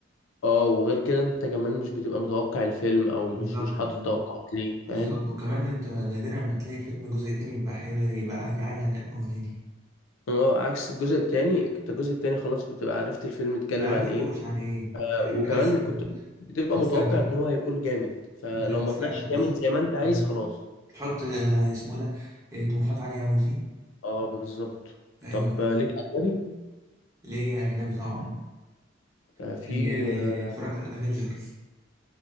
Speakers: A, on the left; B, on the right.
A: آه، وغير كده أنت كمان مش بتبقى متوقع الفيلم أو مش
B: بالظبط
A: مش حاطط توقعات ليه
B: بالظبط
A: فاهم؟
B: وكمان انت نادرا ما تلاقي فيلم جزء تاني بيبقى حلو يبقى يعلي على الاولاني
A: اه عكس الجزء التاني أنت الجزء التاني خلاص بتبقى عرفت الفيلم اتكلم
B: انا عارف
A: عن إيه
B: هو ماشي على ايه انت انت
A: وكمان
B: بس
A: كنت بتبقى
B: بتستمتع
A: متوقع ان هو هيكون جامد فلو
B: انت
A: ما
B: بتستمتع
A: طلعش
B: بس
A: جامد زي ما انت عايز
B: مم.
A: خلاص
B: تحط آه، اسمه ده آه، طموحات عالية أوي فيه
A: اه بالظبط
B: أيوه
A: طب
B: أيوه
A: آه، ليك اجنبي
B: ليه أجنبي طبعا
A: آه،
B: زي
A: في آه،
B: آه، اتفرجت على الأفينجرز